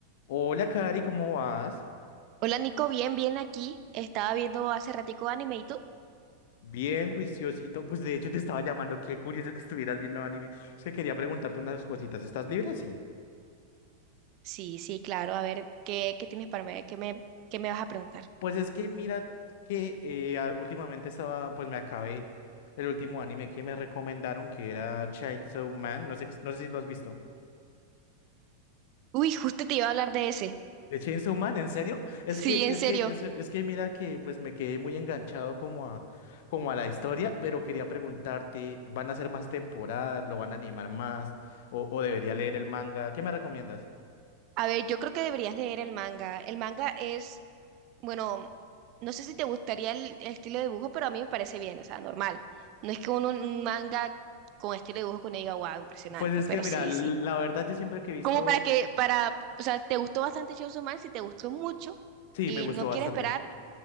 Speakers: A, on the left; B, on the right.
A: Hola, Cari, ¿cómo vas?
B: Hola Nico, bien, bien aquí. Estaba viendo hace ratico anime ¿y tú?
A: Bien, juiciosito. Pues de hecho te estaba llamando. Qué curioso que estuvieras viendo anime. Es que quería preguntarte unas cositas. ¿Estás libre? Sí.
B: Sí, sí, claro. A ver, ¿qué, qué tienes para mí? ¿Qué me, qué me vas a preguntar?
A: Pues es que mira que eh, a- últimamente estaba, pues me acabé el último anime que me recomendaron, que era Chainsaw Man. No sé, no sé si lo has visto.
B: Uy, justo te iba a hablar de ese.
A: De Chainsaw Man, ¿en serio? Es
B: Sí,
A: que,
B: en
A: es
B: serio.
A: que, es, es que mira que pues me quedé muy enganchado como a, como a la historia, pero quería preguntarte, ¿van a ser más temporadas? ¿Lo van a animar más? ¿O, o debería leer el manga? ¿Qué me recomiendas?
B: A ver, yo creo que deberías leer el manga. El manga es, bueno, no sé si te gustaría el, el estilo de dibujo, pero a mí me parece bien, o sea, normal. No es que uno, un manga con estilo de dibujo que uno diga, wow, impresionante,
A: Pues es
B: pero
A: que mira,
B: sí,
A: l-
B: sí.
A: la verdad yo siempre que he visto,
B: Como para que, para, o sea, te gustó bastante Chainsaw Man, si te gustó mucho
A: sí,
B: y
A: me gustó
B: no
A: bastante.
B: quieres esperar,